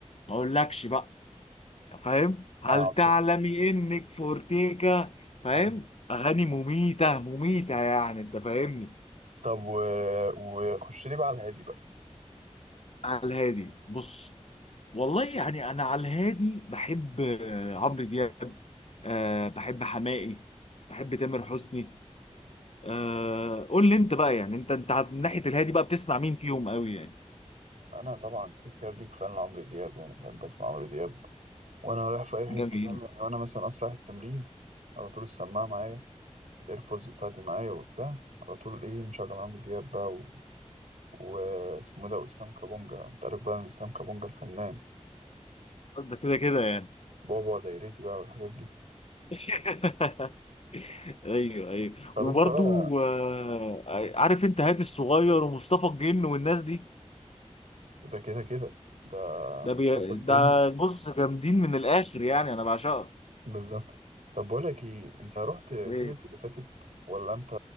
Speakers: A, on the left; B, on the right.
A: ما اقولكش بقى فاهم هل
B: انا عبد
A: تعلمي انك فورتيكا فاهم
B: اي
A: اغاني مميته مميته يعني انت فاهمني
B: طب و... وخش لي بقى على الهادي بقى
A: على الهادي بص والله يعني انا على الهادي بحب آه، عمرو دياب أه بحب حماقي بحب تامر حسني أه قول لي انت بقى يعني انت انت عارف من ناحيه الهادي بقى بتسمع مين فيهم قوي يعني
B: انا طبعا كده كده بيك فان لعمرو دياب يعني بحب اسمع عمرو دياب وانا رايح في اي حته
A: جميل
B: فاهم يعني وانا مثلا اصلا رايح التمرين على طول السماعه معايا الايربودز بتاعتي معايا وبتاع على طول ايه مشغل عمرو دياب بقى و... واسمه ده واسلام كابونجا انت عارف بقى إن اسلام كابونجا الفنان
A: ده كده كده يعني
B: بابا دايرتي بقى والحاجات دي
A: <laughs> ايوه ايوه
B: طب
A: وبرضو
B: انت بقى
A: آه، عارف انت هادي الصغير ومصطفى الجن والناس دي
B: ده كده كده ده
A: ده
B: مصطفى
A: بي...
B: الجن
A: ده بص جامدين من الاخر يعني انا بعشقها
B: بالظبط طب بقول لك ايه انت رحت تولت
A: ايه
B: اللي فاتت ولا انت